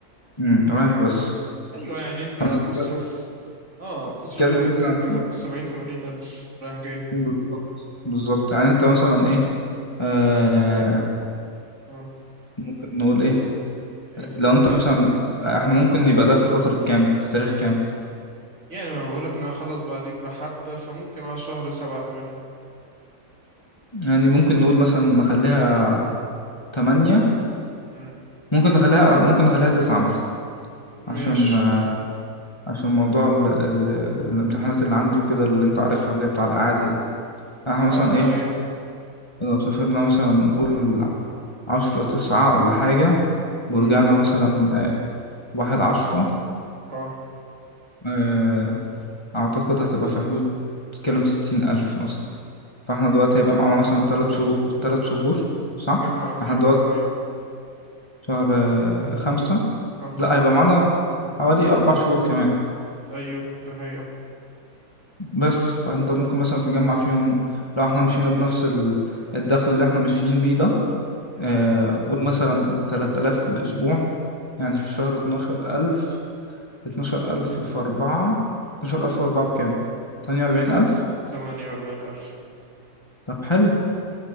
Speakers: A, on the left; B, on the right.
A: امم رايح بس
B: ايوه يعني انت هتصرف
A: فأنت بتك-
B: اه هتصرف
A: بتتكلم
B: في حدود
A: مثلا
B: تم... سبعين تمانين الف رايح جاي
A: بالظبط بالظبط يعني أنت مثلا إيه آه
B: اه
A: ممكن نقول إيه
B: إيه.
A: لو أنت مثلا إحنا ممكن يبقى ده في فترة كام في تاريخ كام
B: يعني ما بقولك انا هخلص بعديك بحبة فممكن على شهر سبعة تمانية
A: يعني ممكن نقول مثلا نخليها تمانية
B: مم.
A: ممكن نخليها ممكن نخليها تسعة مثلا عشان
B: ماشي
A: آه، عشان موضوع ال... ال... الامتحانات اللي عندي وكده اللي أنت عارفها اللي هي بتاع الإعادة دي احنا
B: اه
A: مثلا ايه
B: ايوه
A: لو
B: مم،
A: سافرنا مثلا نقول عشرة تسعة ولا حاجة ورجعنا
B: مم،
A: مثلا آه، واحد عشرة
B: اه
A: آه، أعتقد هتبقى في حدود تتكلم في ستين ألف مثلا فاحنا دلوقتي هيبقى معانا مثلا تلات شهور تلات شهور صح؟
B: مجمع فيهم
A: احنا دلوقتي
B: ايوه
A: شهر آه، خمسة
B: خمسة
A: لا هيبقى معانا حوالي أربع شهور كمان
B: ايوه ده حقيقة
A: بس فانت ممكن مثلا تجمع فيهم لو احنا مشينا بنفس ال- الدخل اللي احنا ماشيين بيه ده
B: مم،
A: آه، قول مثلا تلات آلاف في الأسبوع يعني
B: مم،
A: في الشهر اتناشر ألف اتناشر ألف في أربعة اتناشر ألف في أربعة بكام؟ تمانية وأربعين
B: مم،
A: ألف؟
B: تمانية واربعين الف
A: طب حلو